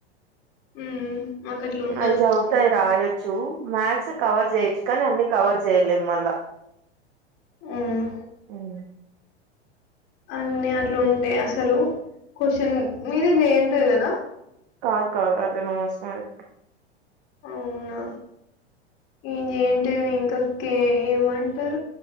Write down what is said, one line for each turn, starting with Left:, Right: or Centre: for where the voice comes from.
Left: హ్మ్ మాకు అట్లా ఉండదు
Right: అవి చవుతాయి రాయొచ్చు మ్యాక్్స్ కవర్ చేయొచ్చు కానీ అన్ని కవర్ చేయలే మళ్ళా
Left: హ్మ్
Right: అవు
Left: అన్ని అట్లుంటాయి అసలు క్వశ్చన్ మీరే చేయంటుంది కదా
Right: కాదు కాదు అటోనమస్ మరి
Left: అవునా ఏజ ఏంటి అంటే ఇంకా కే ఏమంట